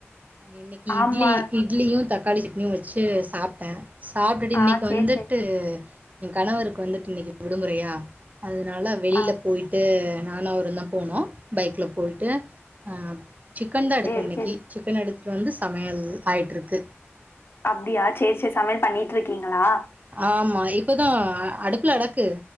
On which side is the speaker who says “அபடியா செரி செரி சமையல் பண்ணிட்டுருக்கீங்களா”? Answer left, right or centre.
Left